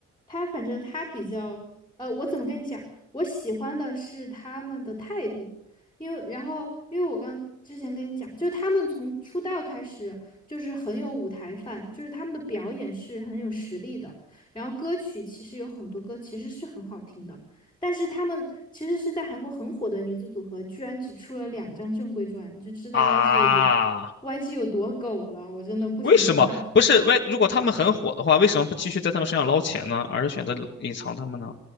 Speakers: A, on the left (about 15°); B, on the left (about 40°).
A: 他反正他比较，呃，我怎么跟你讲？我喜欢的是他们的态度，因为然后因为我刚之前跟你讲，就是他们从出道开始就是很有舞台范，就是他们的表演是很有实力的，然后歌曲其实有很多歌其实是很好听的，但是他们其实是在韩国很火的女子组合，居然只出了两张正规专，你就知道
B: 啊。
A: YG 有多 YG 有多狗了，我真的不想评判。
B: 为什么不是？为如果他们很火的话，为什么不继续在他们身上捞钱呢？而是选择隐藏他们呢？